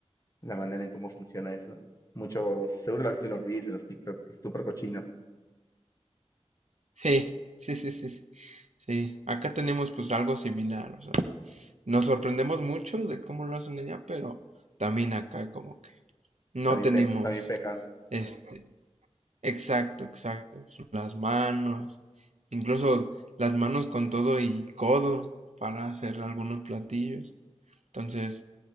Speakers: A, on the left (about 30°); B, on the right (about 85°).
A: la manera en cómo funciona eso. Muchos, seguro lo has visto en los reels, en los TikToks, que es súper cochino.
B: Sí, sí, sí, sí, sí. Sí, acá tenemos pues algo similar, o sea, nos sorprendemos mucho de cómo lo hacen allá, pero también acá como que no
A: También,
B: tenemos
A: pe- también pecan,
B: este, exacto, exacto, las manos, incluso las manos con todo y codo para hacer algunos platillos. Entonces,